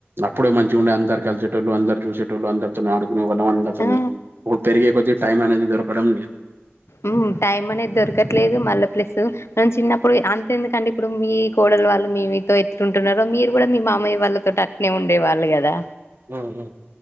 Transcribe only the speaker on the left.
ఆ
ఉమ్మ్ టైం అనేది దొరకట్లేదు మళ్ళా ప్లసూ మనం చిన్నప్పుడు అంత ఎందుకండి ఇప్పుడు మీ కోడలు వాళ్ళు మీతో ఎట్లుంటాన్నారో మీరు కూడా మీ మామయ్య వాళ్ళతోటి అ టనే ఉండేవాళ్ళు గదా